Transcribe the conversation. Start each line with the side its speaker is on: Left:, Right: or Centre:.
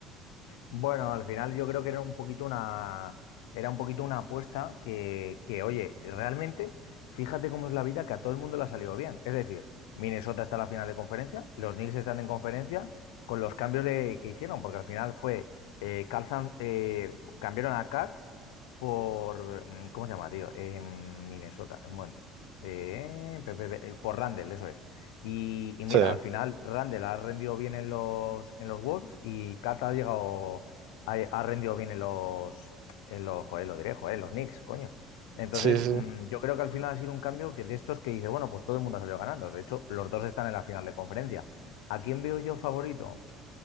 Left: Bueno, al final yo creo que era un poquito una, era un poquito una apuesta que, que, oye, realmente, fíjate cómo es la vida, que a todo el mundo le ha salido bien. Es decir, Minnesota está en la final de conferencia, los Knicks están en conferencia con los cambios de, que hicieron, porque al final fue, eh, Carl Zan- eh, cambiaron a Cat por, mm, ¿cómo se llama, tío? En Minnesota, en un momento. Eh, pe- pe- pe- por Randall, eso es. Y, y
Right: Sí,
Left: mira, al final Randall ha rendido bien en los, en los Wolves y Kat ha llegado, ha, ha rendido bien en los, en los, joder, lo diré, joder, en los Knicks, coño. Entonces,
Right: sí, sí.
Left: mm, yo creo que al final ha sido un cambio que de estos que dices, bueno, pues todo el mundo ha salido ganando. De hecho, los dos están en la final de conferencia. ¿A quién veo yo favorito?